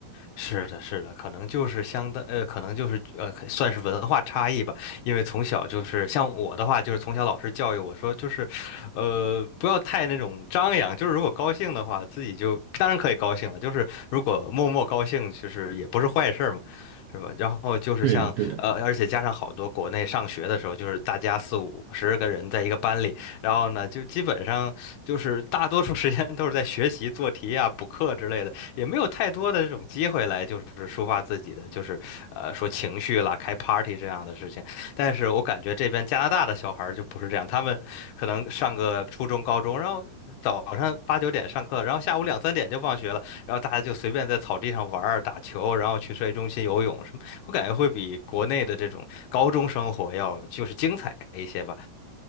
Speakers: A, on the left; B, on the right.
A: 是的，是的，可能就是相当，呃，可能就是呃，可算是文化差异吧。因为从小就是像我的话，就是从小老师教育我说，就是，呃，不要太那种张扬。就是如果高兴的话，自己就当然可以高兴了。就是如果默默高兴，其实也不是坏事儿嘛，是吧？然后就是像呃，
B: 对的，对的。
A: 而且加上好多国内上学的时候，就是大家四五十个人在一个班里。然后呢，就基本上就是大多数时间都是在学习、做题啊、补课之类的，也没有太多的这种机会来就是抒发自己的，就是呃说情绪啦、开 party 这样的事情。但是我感觉这边加拿大的小孩儿就不是这样，他们可能上个初中、高中，然后早上八九点上课，然后下午两三点就放学了，然后大家就随便在草地上玩儿、打球，然后去社区中心游泳什么，我感觉会比国内的这种高中生活要就是精彩一些吧。